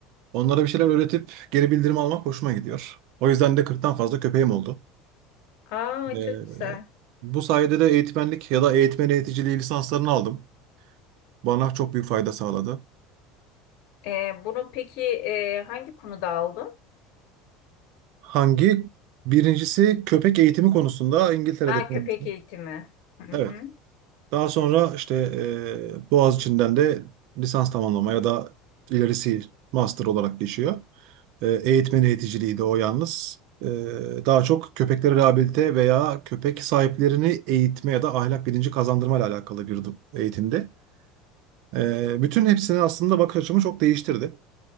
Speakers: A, on the right (about 65°); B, on the left (about 65°).
A: onlara bir şeyler öğretip geri bildirim almak hoşuma gidiyor. O yüzden de 40'tan fazla köpeğim oldu.
B: Aa
A: Ee,
B: çok güzel.
A: bu sayede de eğitmenlik ya da eğitmen eğiticiliği lisanslarını aldım. Bana çok büyük fayda sağladı.
B: Ee, bunu peki e, hangi konuda aldın?
A: Hangi? Birincisi köpek eğitimi konusunda İngiltere'de
B: Ha
A: tamamladı.
B: köpek eğitimi. Hı
A: Evet.
B: hı.
A: Daha sonra işte e, Boğaziçi'nden de lisans tamamlama ya da ilerisi master olarak geçiyor. E, eğitmen eğiticiliği de o yalnız. E, daha çok köpekleri rehabilite veya köpek sahiplerini eğitme ya da ahlak bilinci kazandırma ile alakalı bir eğitimdi. E, bütün hepsini aslında bakış açımı çok değiştirdi.